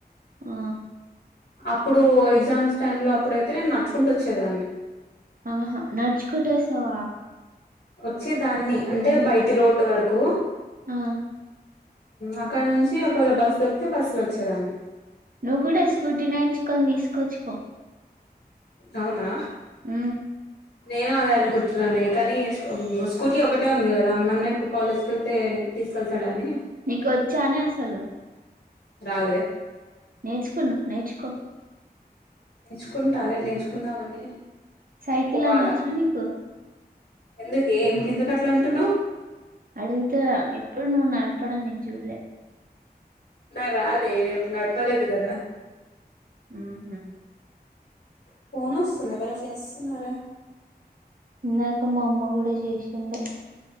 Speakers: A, on the right; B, on the left.
A: ఆ
B: అప్పుడు ఎగ్జామ్స్ టైమ్ లో అప్పుడుైతే నేను నడుచుకుంటూ వచ్చేదాన్ని
A: ఆహా నడుచుకుట్టేస్తావా
B: వచ్చే దాన్ని అంటే బయటి రోడ్డు వరకు
A: ఆ
B: అక్కడ నుంచి ఒకవేళ బస్ దొక్తే బస్సులో వచ్చేదాన్ని
A: నువ్వు కూడ స్కూటీ నేర్చుకొని తీసుకొచ్చుకో
B: అవునా
A: ఉ
B: నేను అదే అనుకుంటున్నాను కానీ స్కూటీ ఒకటే ఉంది కదా మ అన్నయ్య ఇప్పుడు కాలేజ్కి వెళ్తే తీసుకెళ్తాడ అని
A: నీకు వచ్చానే అసలు
B: రాదె
A: నేర్చుకున్న నేర్చుకో
B: నేర్చుకుంటా అదే నేర్చుకుందామని
A: సైకల్
B: పోవాలా
A: అన్నా వచ్చానికు
B: ఎందుకే ఎందుకు అట్ల అంటున్నావు
A: అతే ఎప్పుడు నువ్ నడపడం నేన్‌ చూడలె
B: నాక్ రాదే నడపలేదు కదా
A: ఊహు
B: ఫోన్ వస్తుంది ఎవరో చేస్తున్నారా
A: ఇందాక మా అమ్మ కూడా చేసిండే